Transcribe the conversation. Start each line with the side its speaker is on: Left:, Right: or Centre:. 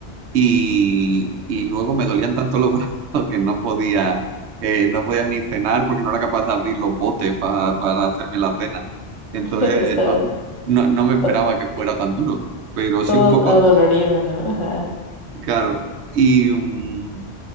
Right: y, y luego me dolían tanto los <laughs> brazos que no podía, eh, no podía ni cenar porque no era capaz de abrir los botes pa- para hacerme la cena. Entonces,
Left: <laughs> Está
Right: no, no, no me esperaba
Left: to-
Right: que fuera tan duro, pero sí
Left: todo
Right: un poco,
Left: adolorido, ¿no? Ajá.
Right: claro, y... mm,